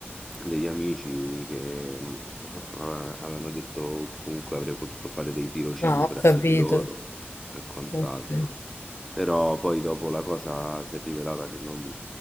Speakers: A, in the centre; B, on the left (about 80°).
A: degli amici che mm, a- avevano detto comunque avrei potuto fare dei tirocini
B: Ah, ho
A: presso
B: capito.
A: di loro e quant'altro.
B: Ok,
A: Però poi dopo la cosa si è rivelata che non,